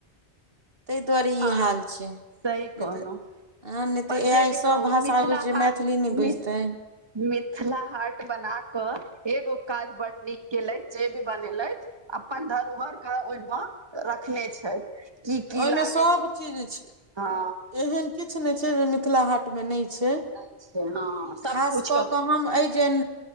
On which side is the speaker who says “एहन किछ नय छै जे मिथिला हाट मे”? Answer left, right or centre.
Right